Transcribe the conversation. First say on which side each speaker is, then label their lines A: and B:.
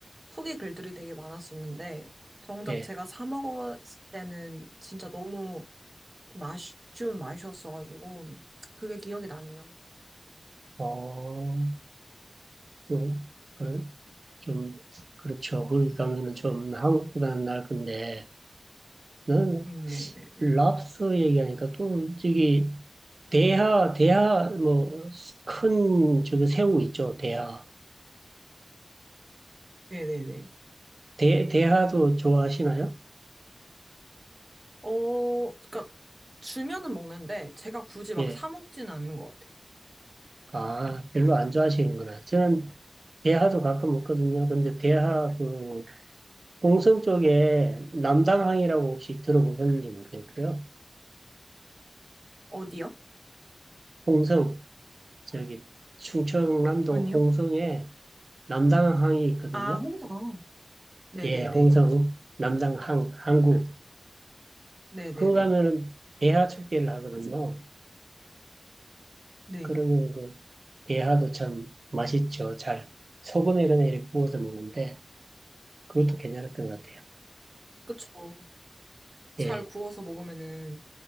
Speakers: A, on the right; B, on the right.
A: 후기 글들이 되게 많았었는데 정작
B: 예,
A: 제가 사 먹었을 때는 진짜 너무 좀 아쉬운 맛이었어가지고 그게 기억이 나네요.
B: 어, 그, 그 좀, 그렇죠. 거기 가면은 좀 한국보다는 나을 건데, 나는
A: 음, 네네네.
B: 랍스터 얘기하니까 또 저기, 대하, 대하, 뭐, 큰, 저기 새우 있죠, 대하.
A: 네네네.
B: 대, 대하도 좋아하시나요?
A: 어, 그러니까 주면은 먹는데 제가 굳이 막
B: 예,
A: 사 먹지는 않는 것 같아요.
B: 아, 별로 안 좋아하시는구나. 저는 대하도 가끔 먹거든요. 근데 대하 그, 홍성 쪽에 남당항이라고 혹시 들어보셨는지 모르겠고요.
A: 어디요?
B: 홍성 저기 충청남도
A: 아니요?
B: 홍성에 남당항이 있거든요.
A: 아, 홍성. 네네네.
B: 예, 홍성, 남당항, 항구.
A: 네네네.
B: 그거 가면은 대하 축제를 하거든요.
A: 네.
B: 그러면 그 대하도 참 맛있죠. 잘 소금에 그냥 이렇게 구워서 먹는데 그것도 괜찮았던 것 같아요.
A: 그쵸. 잘
B: 예,
A: 구워서 먹으면은